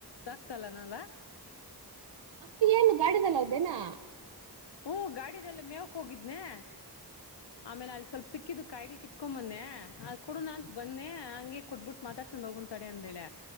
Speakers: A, on the left; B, on the right.
A: ತಕ್ತಲ್ಲನಲ್ಲ
B: ಅಕ್ಕ ಏನು ಗಾಡಿದಲ್ಲ್ದೇನಾ
A: ಹೂ ಗಾಡಿದಲ್ಲ ಮೇವಕ್ ಹೋಗಿದ್ನನೆ ಆಮೇಲೆ ಅಲ್ಲಿ ಸ್ವಲ್ಪ ಸಿಕ್ಕ ಕಿದು ಕಾಯಿಗುಳ್ ಕಿತ್ಕೊಮನ್ನೆ ಕೊಡು ನ ಅಂತ ಬನ್ನೆ ಹಂಗೆ ಕೊಟ್ಬಿಟ್ಟು ಮಾತಾಡ್ಸೊಂಡ ಹೋಗು ತಡೆ ಎಂದಳ